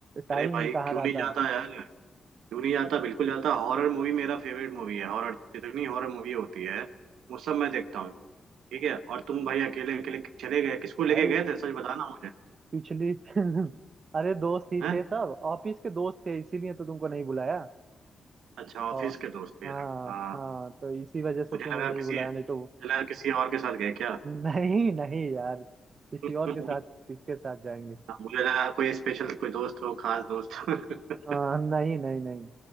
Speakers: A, on the right (about 55°); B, on the right (about 80°).
A: टाइम
B: अरे भाई
A: ही कहाँ
B: क्यों
A: रहता
B: नहीं जाता
A: है
B: यार क्यों नहीं जाता बिल्कुल जाता हॉरर मूवी मेरा फेवरेट मूवी है हॉरर जितनी हॉरर मूवी होती है वो सब मैं देखता हूँ ठीक है और तुम भाई अकेले अकेले चले गए किसको लेके
A: भाई
B: गए थे सच बताना मुझे
A: पिछली <laughs> अरे दोस्त ही
B: हैं
A: थे सब ऑफिस के दोस्त थे इसीलिए तो तुमको नहीं बुलाया
B: अच्छा ऑफिस
A: और
B: के दोस्त थे
A: हाँ
B: यार हाँ
A: हाँ तो इसी वजह से
B: मुझे
A: तुम्हें
B: लगा
A: नहीं
B: किसी
A: बुलाया
B: मुझे
A: नहीं तो
B: लगा किसी और के साथ गए क्या
A: <laughs> नहीं नहीं यार किसी
B: <laughs>
A: और
B: हाँ,
A: के साथ किसके साथ जाएंगे
B: मुझे लगा कोई स्पेशल कोई दोस्त हो खास दोस्त <laughs>
A: हाँ, नहीं नहीं नहीं